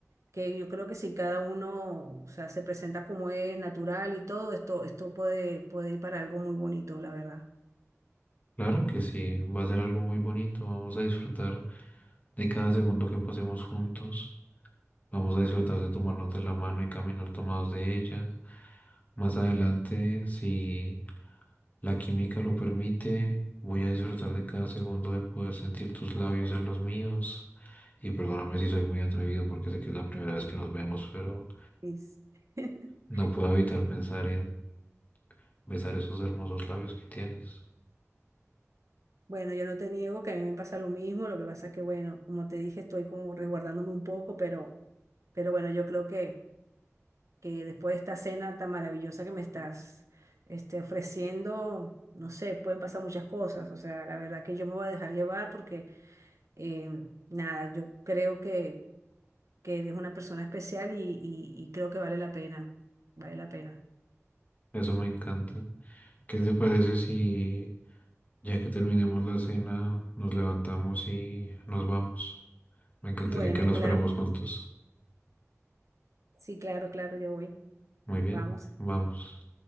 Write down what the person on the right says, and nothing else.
que yo creo que si cada uno, o sea, se presenta como es, natural y todo, esto, esto puede, puede ir para algo muy bonito, la verdad.
Es- <laughs>
Bueno, yo no te niego que a mí me pasa lo mismo, lo que pasa es que, bueno, como te dije, estoy como resguardándome un poco, pero, pero bueno, yo creo que, que después de esta cena tan maravillosa que me estás este, ofreciendo, no sé, pueden pasar muchas cosas, o sea, la verdad que yo me voy a dejar llevar porque, em, nada, yo creo que... que eres una persona especial y, y- y creo que vale la pena, vale la pena.
Bueno,
claro,
sí, claro, claro, yo voy,
vamos.